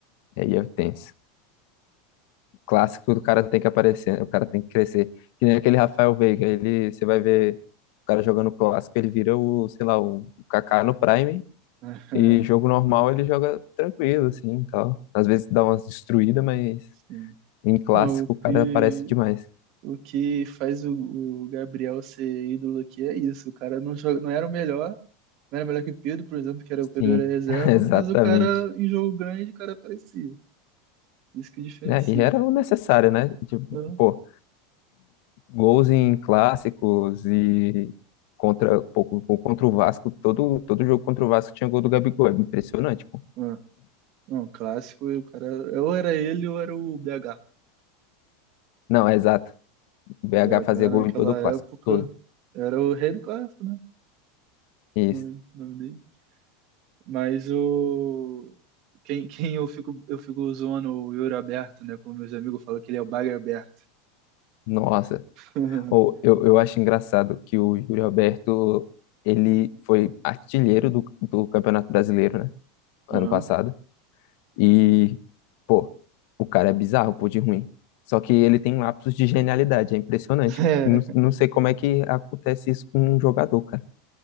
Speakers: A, on the left; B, on the right.
A: é, é tenso. clássico do cara tem que aparecer, né? o cara tem que crescer. Que nem aquele Rafael Veiga, ele, você vai ver o cara jogando clássico, ele vira o, sei lá, o Kaká no Prime,
B: É, <laughs>
A: e jogo
B: é,
A: normal ele joga tranquilo, assim, e tal. Às vezes dá umas destruídas, mas
B: sim.
A: em clássico
B: Não, o que,
A: o cara aparece demais.
B: o que faz o, o Gabriel ser ídolo aqui é isso. O cara não joga, não era o melhor, não era melhor que o Pedro, por exemplo, que era o Pedro
A: Sim,
B: era reserva,
A: <laughs> exatamente.
B: mas o cara em jogo grande, o cara aparecia. Isso que diferencia.
A: né e era o necessário, né? Tipo,
B: né?
A: pô, gols em clássicos e contra, pô, pô, contra o Vasco, todo, todo jogo contra o Vasco tinha gol do Gabigol, é impressionante
B: É. Não, um clássico, e o cara, ou era ele ou era o BH.
A: Não, é exato. O BH
B: BH
A: fazia gol
B: naquela
A: em todo o clássico,
B: época
A: todo.
B: era o rei do clássico, né?
A: Isso.
B: O Nome, o nome dele. Mas o quem, quem eu fico eu fico zoando o Yuri Alberto, né? Como meus amigos falam que ele é o Bagre Aberto.
A: Nossa.
B: <laughs>
A: Ou eu, eu acho engraçado que o Yuri Alberto, ele foi artilheiro do, do Campeonato Brasileiro, né? Ano
B: Aham.
A: passado. E, pô, o cara é bizarro, pô, de ruim. Só que ele tem lapsos de genialidade, é impressionante.
B: É,
A: Não, não sei como é que acontece isso com um jogador, cara.